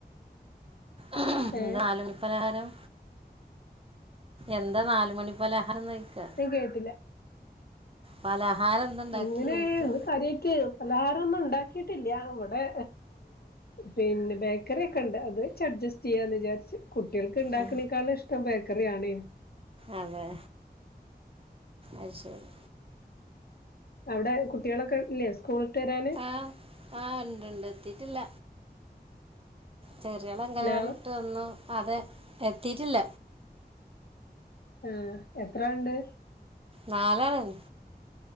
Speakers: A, on the right; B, on the left.
A: എന്താ
B: ഏഹ്
A: നാല് മണി പലഹാരം എന്താ നാല് മണി പലഹാരന്നോയിക്കാ
B: <unintelligible> കേട്ടില്ല
A: പലഹാരം എന്താ ഇണ്ടാക്കി
B: അങ്ങനെ
A: ചോയിക്ക
B: ഇന്ന് കാര്യായിട്ട് പലഹാരൊന്നും ഉണ്ടാക്കീട്ടില്ല ഇവടെ പിന്നെ ബേക്കറിയൊക്കെണ്ട് അത് വെച്ച് അഡ്ജസ് റ്റെയ്യാന്ന് വിചാരിച്ച് കുട്ട്യേള്ക്ക് ഇണ്ടാക്കിനേക്കാളും
A: ആ,
B: ഇഷ്ടം ബേക്കറിയാണെ
A: അതെ അത് ശരി
B: അവിടെ കുട്ട്യേളൊക്കെ ഇല്ലേ സ്കൂള്ട്ട് വെരാന്
A: ആഹ് ആഹ് ഇണ്ട്ണ്ട് എത്തിട്ടില്ല ചെറിയാള് അങ്കലവാടി
B: ഹലോ
A: വിട്ട് വന്നു അതെ എത്തിയിട്ടില്ല
B: ആഹ് എത്രാള്ണ്ട്
A: നാലാള്ൺ